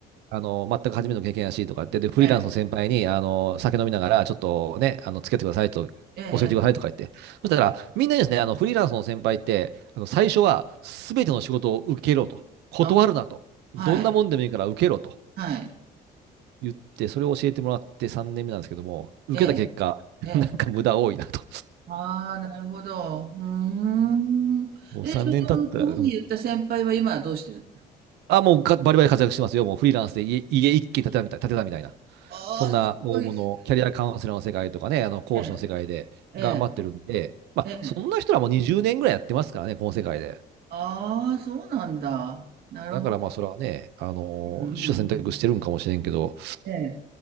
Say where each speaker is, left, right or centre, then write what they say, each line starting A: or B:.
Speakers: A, on the right; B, on the right.
A: あの、全く初めての経験やしとかって、で、フリーランスの先輩に、
B: ええ、
A: あの、酒飲みながら、ちょっとね、あの、付き合ってくださいと、教えてくださいとか言って。
B: ええ、ええ
A: そしたら、みんなにですね、あの、フリーランスの先輩って、あの、最初は、すべての仕事を受けろと。断るなと。
B: あ、はい、
A: どんなもんでもいいから受けろと
B: はい、
A: 言って、それを教えてもらって3年目なんですけども、受けた結果、
B: え
A: <laughs>
B: え、ええ
A: なんか無駄多いなと。
B: ああ、なるほど。うーん。
A: もう3年経ったら、
B: え、その、そういうふうに言った先輩は今はどうしてる
A: うんあ、もうかバリバリ活躍してますよ。もうフリーランスで家、家一軒建てたみたい、建てたみたいな。
B: ああー、
A: そんな大物、
B: すごい、す
A: キャリアカウンセラーの世界とかね、
B: ごい。
A: あの講師の世界で頑張ってるんで、
B: ええ、ええ、
A: まあ、
B: ええ。
A: そんな人らもにじゅう20年ぐらいやってますからね、この世界で。
B: ああ、そうなんだ。なるほど。
A: だからまあ、それはね、あのー取捨選択してるんかもしれんけど、
B: うんうんうん。ええ。